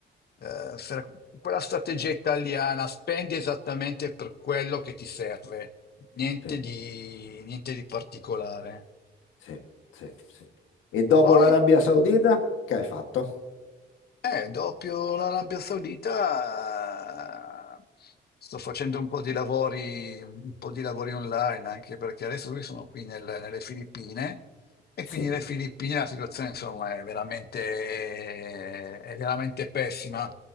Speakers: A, on the left; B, on the left.
A: eh, se- quella strategia italiana, spendi esattamente per quello che ti serve, niente
B: sì,
A: di, niente di particolare.
B: sì, sì, sì. E dopo
A: Poi?
B: l'Arabia Saudita, che hai fatto?
A: Eh, dopo l'Arabia Saudita eh, sto facendo un po' di lavori, un po' di lavori online, anche perché adesso qui sono qui nel- nelle Filippine e
B: Sì,
A: quindi nelle Filippine la situazione insomma è veramente, è veramente pessima